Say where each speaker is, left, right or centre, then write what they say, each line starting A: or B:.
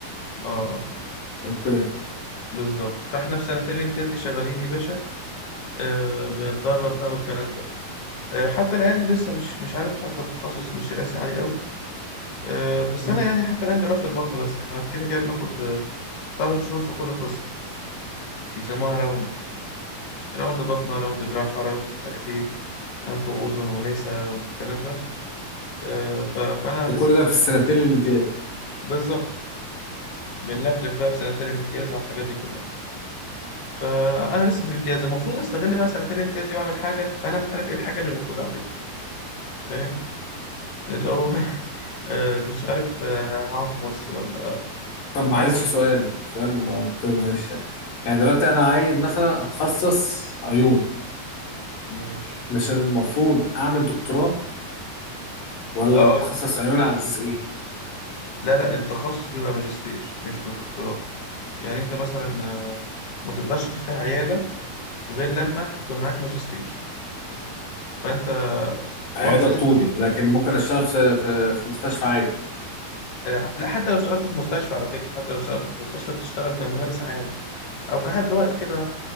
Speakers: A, on the left; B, on the left.
A: اه
B: اوكي
A: بالظبط فاحنا في سنتين الامتياز دي شغالين يا باشا آه بنتدرب بقى والكلام ده آه حتى الآن لسه مش مش عارف حتى التخصص مش راسي عليه قوي آه بس
B: مم.
A: أنا يعني حتى الآن جربت البطنة بس احنا كده كده بناخد آه، تلات شهور في كل قسم بيسموها راوند كده راوند بطنة راوند جراحة راوند مش عارف ايه أنف وأذن ونسا والكلام ده آه ف- فأنا
B: ده
A: لسه
B: كل
A: في
B: ده
A: البطنة
B: في السنتين الامتياز
A: بالظبط بنلفلف بقى في سنتين الامتياز على الحاجات دي كلها فانا لسه في الامتياز المفروض استغل بقى سنتين الامتياز دي واعمل حاجه فانا مش عارف ايه الحاجه اللي المفروض اعملها فاهم اللي هو <laughs> آه، مش عارف آه، هقعد في مصر ولا
B: طب
A: عايز
B: معلش
A: احضر
B: سؤال سؤال
A: قول
B: منطقي معلش يعني يعني دلوقتي انا عايز مثلا اتخصص عيون
A: ماشي
B: مش المفروض اعمل دكتوراه ولا
A: اقول
B: بتخصص
A: لك
B: عيون على اساس ايه
A: لا لا التخصص بيبقى ماجستير مش دكتوراه يعني انت مثلا آه، ما تقدرش تفتح عياده غير لما يكون معاك ماجستير فانت وانس
B: عيادة
A: ان
B: طولي
A: انت
B: لكن ممكن اشتغل في في في مستشفى عادي
A: آه، لا حتى لو اشتغلت في مستشفى على فكره حتى لو اشتغلت في مستشفى بتشتغل كممارس عام او كحد واقف كده